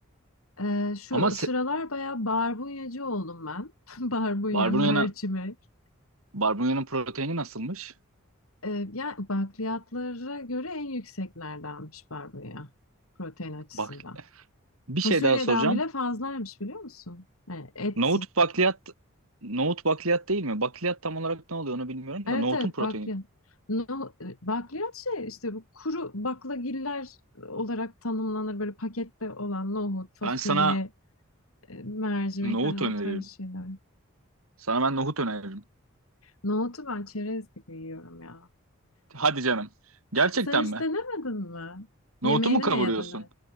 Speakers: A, on the left; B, on the right.
A: Ee, şu
B: Ama se
A: sıralar bayağı barbunyacı oldum ben. <laughs> Barbunya,
B: barbunya'nın
A: mercimek.
B: barbunya'nın proteini nasılmış?
A: Ee, yani bakliyatlara göre en yükseklerdenmiş barbunya protein açısından.
B: Bak bir şey
A: Fasulyeden
B: daha soracağım.
A: bile fazlaymış biliyor musun? Yani et,
B: Nohut bakliyat nohut bakliyat değil mi? Bakliyat tam olarak ne oluyor onu bilmiyorum
A: evet
B: da nohutun
A: evet
B: proteini.
A: bakliyat. No, e, bakliyat şey işte bu kuru baklagiller olarak tanımlanır böyle pakette olan nohut, fasulye,
B: Ben sana
A: e, mercimek
B: nohut
A: hani
B: öneririm.
A: o tarz şeyler.
B: Sana ben nohut öneririm.
A: Nohutu ben çerez gibi yiyorum ya.
B: Hadi canım. Gerçekten
A: Sen hiç
B: mi?
A: denemedin mi?
B: Nohutu
A: Yemeğini
B: mu kavuruyorsun?
A: mi yedin? hep?